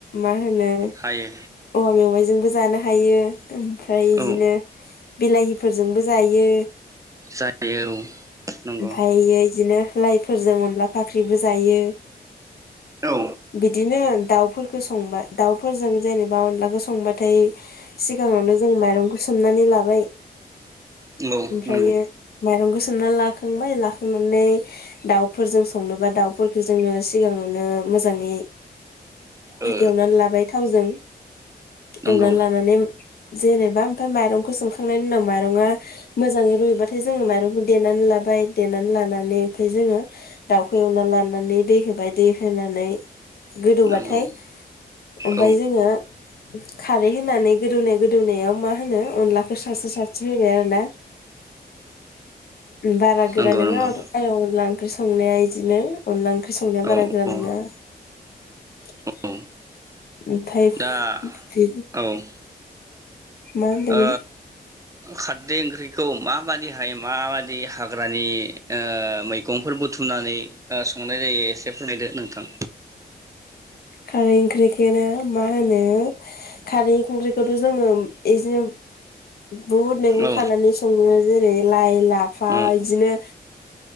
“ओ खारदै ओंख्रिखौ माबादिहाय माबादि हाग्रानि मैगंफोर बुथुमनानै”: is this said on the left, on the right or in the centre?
Right